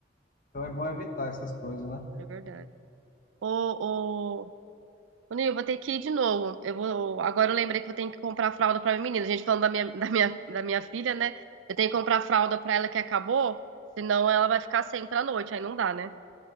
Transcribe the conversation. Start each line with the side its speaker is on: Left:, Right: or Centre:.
Left: Então é bom evitar essas coisas, né?
Right: é verdade. Ô, ô, Ô, Nil, vou ter que ir de novo. Eu vou, agora eu lembrei que eu tenho que comprar fralda pra minha menina. A gente falando da minha, <laughs> da minha, da minha filha, né? Eu tenho que comprar fralda pra ela que acabou, senão ela vai ficar sem pra noite, aí não dá, né?